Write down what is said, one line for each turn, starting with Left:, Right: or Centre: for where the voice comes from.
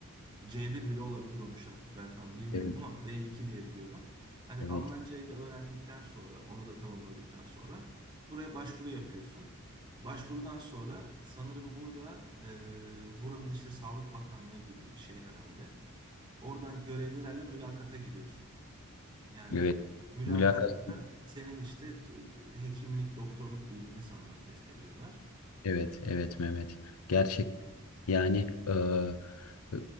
Right: C1 bile olabilir onun şartı. Ben tam bilmiyorum
Left: evet,
Right: ama B2 diye biliyorum. Hani
Left: evet,
Right: Almancayı da öğrendikten sonra, onu da tamamladıktan sonra buraya başvuru yapıyorsun. Başvurudan sonra sanırım burada e, buranın işte Sağlık Bakanlığı gibi bir şey herhalde. Oradan görevlilerle mülakata giriyorsun. Yani
Left: evet.
Right: mülakatta
Left: Mülakat.
Right: senin işte e, e, hekimlik, doktorluk bilgini sanırım test ediyorlar.
Left: Evet, evet Mehmet.
Right: E,
Left: Gerçek yani e, e,